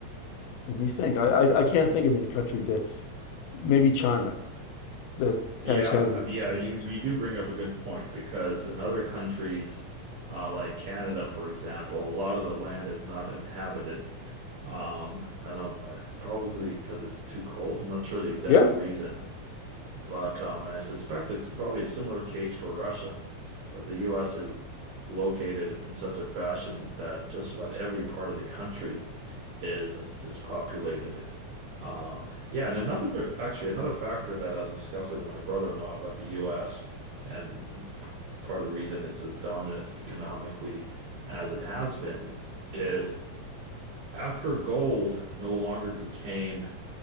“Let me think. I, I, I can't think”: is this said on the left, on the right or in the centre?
Left